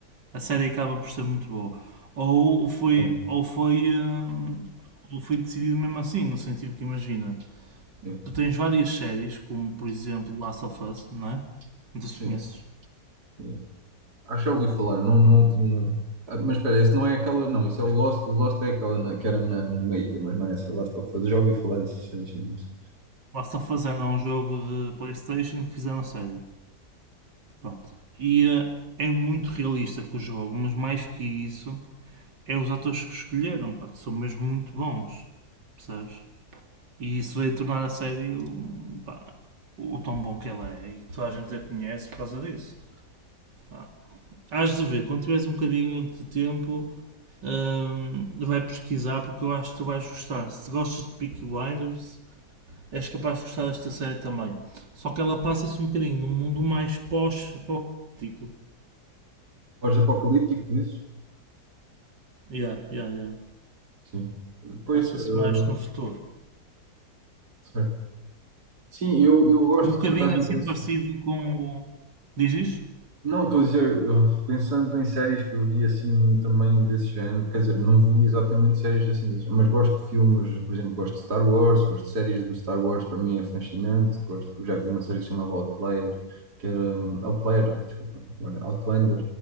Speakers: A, on the right (about 85°); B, on the right (about 65°).
A: a série acaba por ser muito boa. Ou foi,
B: bom,
A: ou foi, ahm, ou foi decidido mesmo assim, no sentido que imagina.
B: sim,
A: tu tens várias séries, como por exemplo Last of Us, não é? Não sei
B: sim,
A: se conheces.
B: conheço. Acho que já ouvi falar, não, não,
A: Pronto.
B: não- Ah, mas espera, esse não é aquela, não, isso é o Lost, o Lost é aquela na- que era na, numa ilha, mas não é essa, Last of Us, já ouvi falar dessa série, sim, não sei.
A: Last of Us era um jogo de Playstation que fizeram a série. Pronto. E eh, é muito realista com o jogo, mas mais que isso, é os atores que escolheram, pá, que são mesmo muito bons. Percebes? E isso veio tornar a série o, pá, o tão bom que ela é e toda a gente a conhece por causa disso. Pá. Hás de ver, quando tiveres um bocadinho de tempo, hum, vai pesquisar porque eu acho que tu vais gostar. Se gostas de Peaky Blinders, és capaz de gostar desta série também. Só que ela passa-se um bocadinho num mundo mais pós-apocalíptico.
B: Pós-apocalíptico, dizes?
A: Yeah, yeah, yeah.
B: Sim. Pois,
A: Passa-se
B: ah,
A: mais no futuro.
B: certo. Sim, eu, eu gosto,
A: Um bocadinho
B: por acaso interessa.
A: assim parecido com o. Diz isto?
B: Não, estou a dizer, eu- pensando em séries que eu vi assim também desse género, quer dizer, não vi exatamente séries assim desse género, mas gosto de filmes, por exemplo, gosto de Star Wars, gosto de séries do Star Wars, para mim é fascinante, gosto, eu já vi uma série que se chamava Outlier, que era, hum, Outlier, ai, desculpa, olha, Outlander,